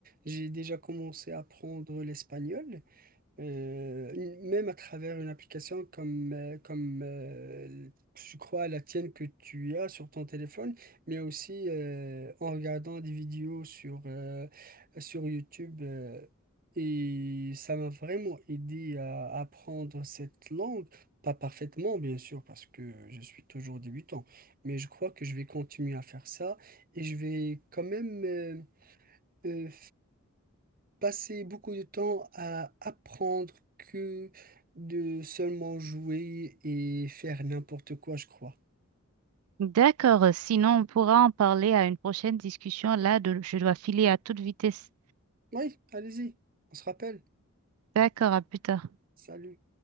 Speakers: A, on the right; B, on the right.
A: J'ai déjà commencé à apprendre l'espagnol. Euh, même à travers une application comme, euh, comme euh, je crois la tienne que tu as sur ton téléphone, mais aussi euh, en regardant des vidéos sur, euh, sur YouTube. euh, et ça m'a vraiment aidé à apprendre cette langue. Pas parfaitement, bien sûr, parce que je suis toujours débutant, mais je crois que je vais continuer à faire ça et je vais quand même... euh, euh, passer beaucoup de temps à apprendre que de seulement jouer et faire n'importe quoi, je crois.
B: D'accord, sinon on pourra en parler à une prochaine discussion. Là, de- je dois filer à toute vitesse.
A: Oui, allez-y, on se rappelle.
B: D'accord, à plus tard.
A: Salut.